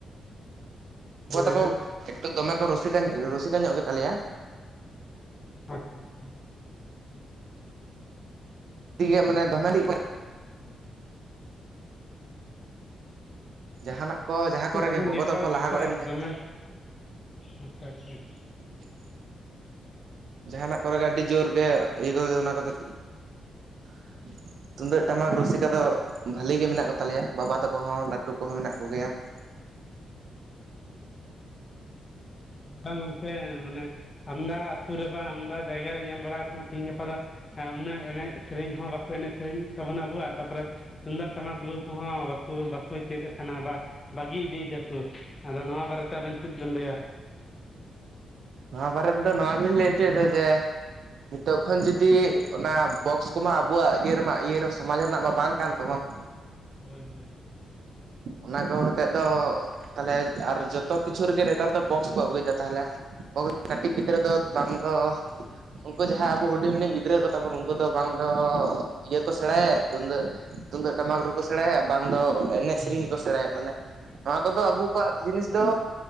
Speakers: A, on the left; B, on the right.
A: ᱢᱟ
B: ᱜᱚ
A: ᱞᱟᱹᱭ
B: ᱛᱟᱠᱚ
A: ᱵᱮᱱ
B: ᱮᱠᱴᱩ ᱫᱚᱢᱮ ᱠᱚ ᱨᱩᱥᱤᱠᱟ ᱨᱩᱥᱤᱠᱟ ᱧᱚᱜ ᱜᱮᱛᱟᱞᱮᱭᱟ ᱾
A: <unintelligible>
B: ᱜᱮ ᱢᱟᱱᱮ ᱫᱚᱢᱮ <inaudible> ᱡᱟᱦᱟᱱᱟᱜ᱾ ᱠᱚ ᱡᱟᱦᱟᱸ
A: ᱜᱚᱝᱠᱮ
B: ᱠᱚᱨᱮ
A: ᱫᱚᱢᱮ
B: ᱜᱮ ᱜᱚᱜᱚ
A: ᱱᱮᱴᱚᱣᱟᱨᱠ
B: ᱛᱟᱠᱚ ᱠᱚ
A: ᱰᱤᱥᱴᱟᱨ
B: ᱞᱟᱦᱟ ᱜᱚᱫ ᱮᱱ ᱜᱮ
A: ᱫᱚᱢᱮ ᱟᱪᱪᱷᱟ ᱟᱪᱪᱷᱟ ᱾
B: <unintelligible> ᱡᱟᱦᱟᱱᱟᱜ ᱠᱚᱨᱮᱜ ᱜᱮ ᱟᱹᱰᱤ ᱡᱳᱨ ᱜᱮ ᱤᱭᱟᱹ ᱠᱚ ᱚᱱᱟ ᱠᱚᱫᱚ᱾ <inaudible> ᱛᱩᱢᱫᱟᱹᱜ ᱴᱟᱢᱟᱠ ᱨᱩᱥᱤᱠᱟ ᱫᱚ ᱵᱷᱟᱞᱤ ᱜᱮ ᱢᱮᱱᱟᱜ ᱠᱚ ᱛᱟᱞᱮᱭᱟ ᱵᱟᱵᱟ ᱛᱟᱠᱚ ᱦᱚᱸ ᱞᱟᱹᱴᱩ ᱠᱚᱦᱚᱸ ᱢᱮᱱᱟᱜ ᱠᱚᱜᱮᱭᱟ ᱾
A: <unintelligible> ᱵᱟᱝ ᱜᱚᱢᱠᱮ ᱢᱟᱱᱮ ᱟᱢᱫᱟ ᱟᱹᱛᱩ ᱨᱮ ᱵᱟ ᱟᱢᱫᱟ ᱡᱟᱭᱜᱟ ᱨᱮ ᱧᱮᱞ ᱵᱟᱲᱟ ᱠᱟᱱᱟ ᱛᱤᱦᱤᱧ ᱜᱟᱯᱟ ᱫᱚ᱾ ᱩᱱᱟᱹᱜ ᱮᱱᱮᱡ ᱥᱮᱨᱮᱧ ᱦᱚᱸ ᱵᱟᱠᱚ ᱮᱱᱮᱡ ᱥᱮᱨᱮᱧ ᱛᱟᱵᱚᱱᱟ ᱟᱵᱚᱣᱟᱜ ᱛᱟᱯᱚᱨᱮ᱾ ᱛᱩᱢᱫᱟᱜ ᱴᱟᱢᱟᱠ ᱨᱩ ᱠᱚᱦᱚᱸ ᱵᱟᱠᱚ ᱵᱟᱠᱚ ᱪᱮᱫ ᱟᱠᱟᱱᱟ ᱵᱟ᱾ ᱵᱟᱹᱜᱤ ᱤᱫᱤᱭᱮᱫᱟ ᱠᱚ ᱟᱫᱚ ᱱᱚᱣᱟ ᱵᱟᱨᱮᱛᱮ ᱟᱵᱮᱱ ᱪᱮᱫ ᱵᱮᱱ ᱞᱟᱹᱭᱟ?
B: ᱱᱟ ᱵᱟᱨᱫ ᱱᱚᱣᱟᱽᱞᱤᱮ ᱦᱪᱩ ᱡᱮ᱾ ᱱᱤᱛᱚᱜ ᱠᱷᱚᱱ ᱡᱩᱫᱤ ᱚᱱᱟ ᱵᱚᱠᱥ ᱠᱚᱢᱟ ᱟᱵᱚᱣᱟᱜ ᱤᱭᱟᱹᱢᱟ ᱤᱭᱟᱹᱮ ᱥᱚᱢᱟᱡᱽ ᱨᱮᱱᱟᱜ ᱢᱟ ᱵᱟᱝ ᱠᱟᱱ ᱛᱟᱵᱚᱱ ᱾
A: ᱦᱳᱭ ᱦᱳᱭ ᱾
B: ᱚᱱᱟ ᱠᱚ ᱠᱟᱛᱮ ᱫᱚ ᱛᱟᱦᱚᱞᱮ ᱟᱨ ᱡᱚᱛᱚ ᱠᱤᱪᱷᱩ ᱨᱮᱜᱮ ᱱᱮᱛᱟᱨ ᱫᱚ ᱵᱚᱠᱥ ᱠᱚ ᱟᱹᱜᱩᱭᱮᱫᱟ ᱛᱟᱦᱚᱞᱮ᱾ ᱠᱟᱹᱴᱤᱡ ᱜᱤᱫᱽᱨᱟᱹ ᱫᱚ ᱵᱟᱝ ᱫᱚ᱾ ᱩᱱᱠᱩ ᱡᱟᱦᱟᱸᱭ ᱟᱵᱚ ᱦᱩᱰᱤᱧ ᱦᱩᱰᱤᱧ ᱜᱤᱫᱽᱨᱟᱹ ᱠᱚᱛᱟᱵᱚᱱ ᱩᱱᱠᱩ ᱫᱚ ᱵᱟᱝ ᱫᱚ ᱤᱭᱟᱹ ᱠᱚ ᱥᱮᱬᱟᱭᱟ ᱛᱩᱫ᱾ ᱛᱩᱢᱫᱟᱜ ᱴᱟᱢᱟᱠ ᱨᱮᱠᱚ ᱥᱮᱬᱟᱭᱟ ᱵᱟᱝ ᱫᱚ ᱮᱱᱮᱡ
A: ᱦᱳᱭ
B: ᱥᱮᱨᱮᱧ ᱜᱮᱠᱚ ᱥᱮᱬᱟᱭᱟ ᱢᱟᱱᱮ ᱾ ᱱᱚᱣᱟ ᱠᱚᱫᱚ ᱟᱵᱚ ᱠᱚᱣᱟᱜ ᱡᱤᱱᱤᱥ ᱫᱚ